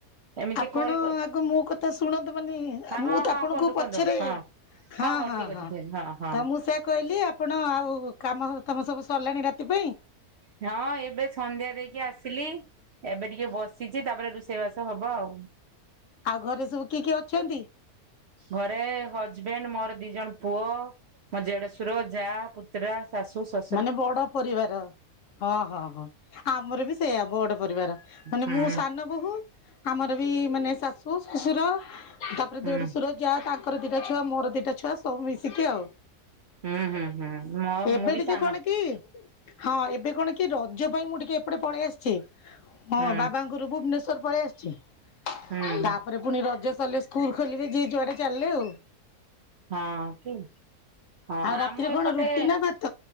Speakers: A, on the right (about 60°); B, on the left (about 65°).
A: ଏମିତି
B: ଆପଣ
A: କଲ୍
B: ଆଗ ମୋ କଥା ଶୁଣନ୍ତୁ ମାନେ,
A: ହଁ
B: ମୁଁ
A: ହଁ
B: ତ
A: ହଁ
B: ଆପଣଙ୍କୁ
A: କୁହନ୍ତୁ
B: ପଛରେ
A: କୁହନ୍ତୁ ହଁ।
B: ହଁ
A: ହଉ
B: ହଁ
A: ଠିକ ଅଛି
B: ହଁ।
A: ଠିକ ଅଛି ହଁ।
B: ତ ମୁଁ ସେଇଆ କହିଲି ଆ ଆପଣ ଆଉ କାମ ତମର ସବୁ ସରିଲାଣି ରାତି ପାଇଁ?
A: ହଁ ଏବେ ସନ୍ଧ୍ୟା ଦେଇକି ଆସିଲି। ଏବେ ଟିକେ ବସ୍ ସିଚି ତାପରେ ରୋଷେଇବାସ ହବ ଆଉ।
B: ଆଉ ଘରେ ସବୁ କିଏ କିଏ ଅଛନ୍ତି?
A: ଘରେ ହଜବେଣ୍ଡ ମୋର ଦି ଜଣ ପୁଅ, ମୋ ଦେଡଶୁର, ଯା ପୁତୁରା। ଶାଶୁ, ଶ
B: ମାନେ ବଡ ପରିବାର। ହଁ ହଁ ହଁ। ଆମର ବି ସେଇଆ ବଡ ପରିବାର। ମାନେ
A: ହୁଁ
B: ମୁଁ ସାନ ବୋହୂ। ଆମର ବି ମାନେ ଶାଶୁ ଶଶୁର ତାପରେ
A: ହୁଁ
B: ଦେଡୁଶୁର ଜା ତାଙ୍କର ଦିଟା ଛୁଆ ମୋର ଦିଟା ଛୁଆ ସବୁ ମିଶିକି ଆଉ।
A: ହୁଁ ହୁଁ ହୁଁ। ମ ମୁଁ
B: ଏବେ
A: ବି
B: ଟିକେ
A: ସା
B: କଣ କି ହଁ ଏବେ କଣ କି କି ରଜ ପାଇଁ ମୁଁ ଟିକେ ଏପଟେ ପଳେଇ ଆସିଚି। ହଁ
A: ହୁଁ
B: ବାବାଙ୍କଘରୁକୁ ଭୁବନେଶ୍ଵର ପଳେଇ ଆସିଚି।
A: ହୁଁ
B: ତାପରେ ପୁଣି ରଜ ସରିଲେ ସ୍କୁଲ ଖୋଲିବେ ଯିଏ ଯୁଆଡେ ଚାଲିଲେ ଆଉ।
A: ହଁ କି। ହଁ
B: ଆଉ ରାତିରେ
A: ଆମ
B: କଣ
A: ଏପଟେ
B: ରୁଟି ନା ଭାତ?